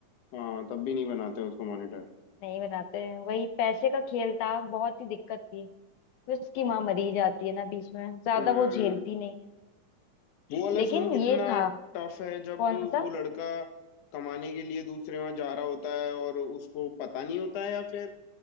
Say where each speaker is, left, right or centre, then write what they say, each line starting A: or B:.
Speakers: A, on the left (about 65°); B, on the left (about 85°).
A: हाँ तब भी नहीं बनाते उसको मॉनिटर
B: नहीं बनाते हैं वही पैसे का खेल था बहुत ही दिक्कत थी फिर उसकी माँ मरी जाती है ना बीच में ज्यादा
A: हम्म
B: वो झेलती नहीं
A: वो
B: है।
A: वाला
B: लेकिन
A: सीन कितना
B: ये था
A: टफ है जब
B: कौन सा
A: वो लड़का कमाने के लिए दूसरे वहां जा रहा होता है और उसको पता नहीं होता है या फिर